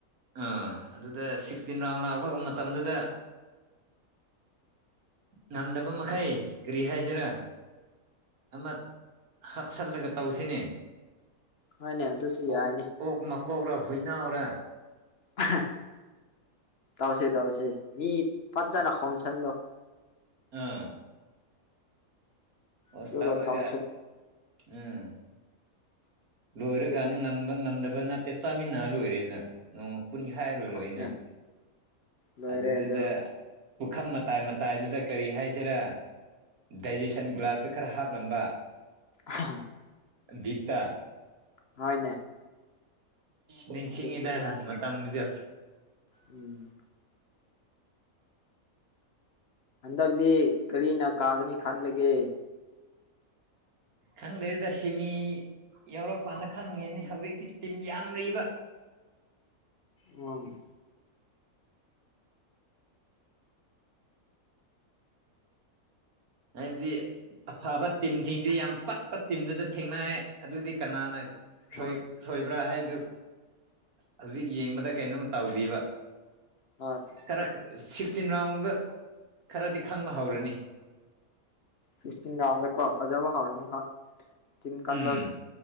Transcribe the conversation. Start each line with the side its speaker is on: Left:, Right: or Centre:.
Right: ꯑꯥ ꯑꯗꯨꯗ ꯁꯤꯛꯁꯇꯤꯟ ꯔꯥꯎꯟ ꯂꯥꯛꯈ ꯃꯇꯝꯗꯨꯗ ꯉꯝꯗꯕ ꯃꯈꯩ ꯀꯔꯤ ꯍꯥꯏꯁꯤꯔꯥ ꯑꯃ ꯍꯥꯞꯆꯜꯂꯒ ꯇꯧꯁꯤꯅꯦ
Left: ꯃꯥꯅꯦ ꯑꯗꯨꯁꯨ
Right: ꯑꯣꯛ
Left: ꯌꯥꯏꯅꯦ
Right: ꯑꯣꯛ ꯃꯀꯣꯛꯂ ꯍꯨꯏꯅꯥꯎꯔ
Left: ꯍꯥ ꯇꯧꯁꯦ ꯇꯧꯁꯦ ꯃꯤ ꯐꯖꯅ ꯈꯣꯝꯁꯜꯂꯣ
Right: ꯑꯥ ꯍꯁ
Left: ꯑꯗꯨꯒ
Right: ꯇꯧꯔꯒ
Left: ꯇꯧꯁꯤ
Right: ꯎꯝ ꯂꯣꯏꯔꯀꯥꯟꯗ
Left: ꯑꯗꯨꯅ
Right: ꯉꯝꯕ ꯉꯝꯗꯕ ꯅꯠꯇꯦ ꯆꯥꯃꯤꯟꯅꯔ ꯂꯣꯏꯔꯦꯗꯅ ꯅꯣꯡꯃ ꯄꯨꯨꯟꯈꯥꯏꯔꯨꯔꯣꯏ
Left: ꯍꯣꯏꯅꯦ ꯂꯣꯏꯔꯦ
Right: ꯑꯗꯨꯗꯨꯗ
Left: ꯑꯗꯨ
Right: ꯄꯨꯈꯝ ꯃꯇꯥꯏ ꯃꯇꯥꯏꯗꯨꯗ ꯀꯔꯤ ꯍꯥꯏꯁꯤꯔꯥ ꯗꯥꯏꯖꯦꯁꯟ ꯒ꯭ꯂꯥꯁ ꯈꯔ ꯍꯥꯞꯂꯝꯕ
Left: ꯍ <unintelligible>
Right: ꯕꯤꯠꯇꯥ
Left: ꯍꯣꯏꯅꯦ
Right: ꯅꯤꯡꯁꯤꯡꯉꯤꯗ
Left: ꯑꯗꯨꯁꯨ ꯌꯥꯏ
Right: ꯃꯇꯝꯗꯨꯗ
Left: ꯎꯝ ꯍꯟꯗꯛꯇꯤ ꯀꯔꯤꯅ ꯀꯥꯒꯅꯤ ꯈꯜꯂꯒꯦ
Right: ꯈꯪꯗ꯭ꯔꯤꯗ ꯁꯤꯃꯤ ꯌꯥꯎꯔꯛꯄꯀꯥꯟ ꯈꯪꯒꯅꯤ ꯍꯧꯖꯤꯛꯇꯤ ꯇꯤꯝ ꯌꯥꯝ ꯂꯩꯕ
Left: ꯎꯝ
Right: ꯍꯥꯏꯕꯗꯤ ꯑꯐꯕ ꯇꯤꯝꯁꯤꯡꯁꯤ ꯌꯥꯝ ꯄꯠꯄ ꯇꯤꯝꯗꯨꯗ ꯊꯦꯡꯅꯩ ꯑꯗꯨꯗꯤ ꯀꯅꯥꯅ ꯊꯣꯏ
Left: ꯍꯣꯏ
Right: ꯊꯣꯏꯕ꯭ꯔꯥ ꯍꯥꯏꯕꯗꯨ ꯍꯧꯖꯤꯛ ꯌꯦꯡꯕꯗ ꯀꯩꯅꯣꯝ ꯇꯧꯗꯦꯕ
Left: ꯍꯣꯏ
Right: ꯈꯔ ꯁꯤꯛꯁꯇꯤꯟ ꯔꯥꯎꯟꯒ ꯈꯔꯗꯤ ꯈꯪꯕ ꯍꯧꯔꯅꯤ
Left: ꯁꯤꯛꯁꯇꯤꯟ ꯔꯤꯎꯟꯗꯀꯣ ꯐꯖꯕ ꯍꯧꯔꯅꯤ ꯍꯣꯢ
Right: ꯎꯝ
Left: ꯀꯥꯟꯕ